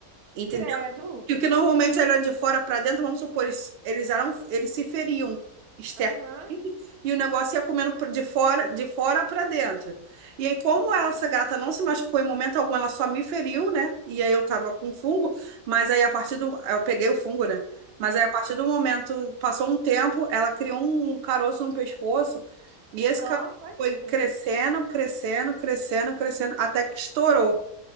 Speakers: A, on the right; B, on the right.
A: entendeu
B: Credo.
A: que o que normalmente era de fora para dentro, vamos supor, eles, eles eram, eles se feriam externamente
B: Aham.
A: e o negócio ia comendo por- de fora, de fora para dentro. E aí, como
B: Uhum.
A: ela, essa gata não se machucou em momento algum, ela só me feriu, né? E aí eu tava com fungo, mas aí a partir do. Eu peguei o fungo, né? Mas
B: Sim.
A: aí a partir do momento, passou um tempo, ela criou um um caroço no pescoço e esse
B: Nossa,
A: caroço
B: olha
A: foi
B: que estranho.
A: crescendo, crescendo, crescendo, crescendo, até que estourou.